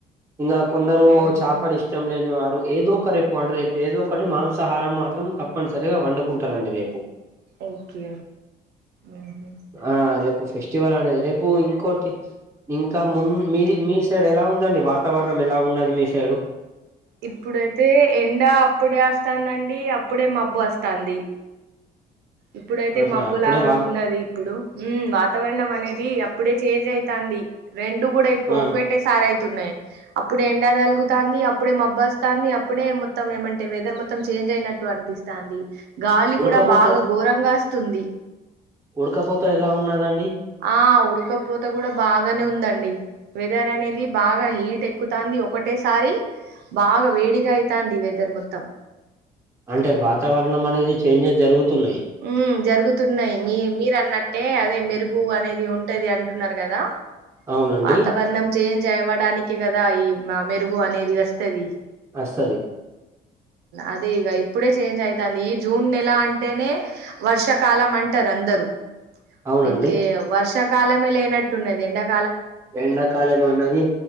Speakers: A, on the right; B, on the right.
A: ఇంకా కొందరు
B: ఉహు
A: చేపలు ఇష్టం లేని వారు ఏదో ఒకటీ రేపు ఏదో ఒకటి మాంసాహారం మాత్రం తప్పనిసరిగా వండుకుంటారండి రేపు
B: ఓకే ఊ హు
A: ఆ రేపు ఫెస్టివల్ అనేది రేపు ఇంకోటి ఇంకా ము మీ మీ సైడ్ ఎలా ఉందండి వాతావరణం ఎలా ఉన్నది మీ సైడు
B: ఇప్పుడైతే ఎండ అప్పుడే వస్తాందండి అప్పుడే మబ్బు వస్తాంది ఇప్పుడైతే
A: ఆహా
B: మబ్బు
A: అప్పుడే
B: లాగానే
A: వా
B: ఉన్నది హలో ఊ వాతావరణం అనేది అప్పుడే చేంజ్ అయితాంది రెండు కూడా ఇప్పుడు
A: ఆ
B: ఒక ఒకేసారి అయితుంది అప్పుడే ఎండ తగులుతుంది అప్పుడే మబ్బుస్తోంది అప్పుడే మొత్తం ఏమంటే వెదర్ మొత్తం చేంజ్ అయినట్టు అనిపిస్తుంది వస్తోంది గాలి
A: ఉడకపోత
B: కూడా బాగా ఘోరంగా వస్తుంది
A: ఉడకపోత ఎలా ఉన్నాదండి
B: ఆ ఉడకపోతే కూడా బాగానే ఉందండి వెదర్ అనేది బాగా హీట్ ఎ క్కుతంది ఒకటేసారి బాగా వేడిగా అవుతంది వెదర్ మొత్తం
A: అంటే వాతావరణం అనేది చేంజెస్ జరుగుతున్నాయి
B: ఉ జరుగుతున్నాయి మీ మీరు అన్నట్టే అదే మెరుగు అనేది ఉంటది అంటున్నారు కదా
A: అవునండి
B: వాతావరణం చేంజ్ అవ్వడానికి కదా ఈ మెరుగు అనేది వస్తది
A: అస్తది
B: అదే ఇక ఇప్పుడే చేంజ్ అయితుంది ఈ జూన్ నెల అంటేనే వర్ష కాలం అంటారు అందరు
A: అవునండి
B: ఇ ఏ వర్షాకాలమే లేనట్టున్నది ఎండకు
A: ఎండకాలం ఉన్నది